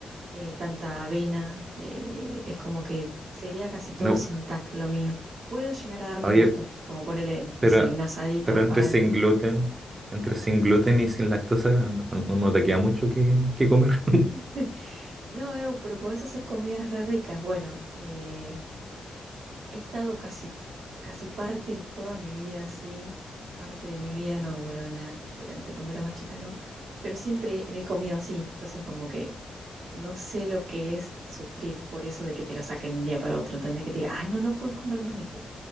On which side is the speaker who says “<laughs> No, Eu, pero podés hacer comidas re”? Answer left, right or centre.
Right